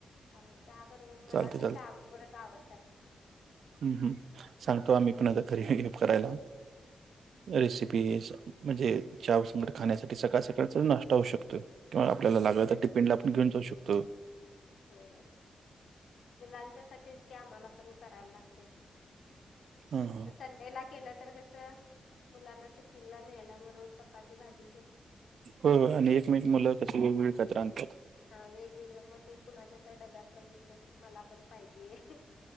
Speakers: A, on the left; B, on the right.
A: चालेल चहा बरोबर
B: चालते
A: मला तर चहा बरोबरच आवडतात
B: हम हम सांगतो आम्ही कुणाला तरी हेल्प करायला घरी शिकले असं म्हणजे एक चहा व संगट खाण्यासाठी सकाळ सकाळचा नाष्टा होऊ शकतोय किंवा आपल्याला लागलं तर टिफीनला पण घेऊन जाऊ शकतो
A: होय मुलांच्यासाठीच की आम्हाला पण करायला लागतय
B: हां, हां.
A: मग संडेला केलं तर कसं मुलांना टिफीनला न्ह्यायला म्हणून चपाती भाजी
B: हो हो आणि एकमेक मुलं कशी वेगवेगळी एकत्र आणत्यात
A: हा वेगवेगळं मग ते कुणाच्या तर डब्यात बघितलं की मला पण पाहिजे अहं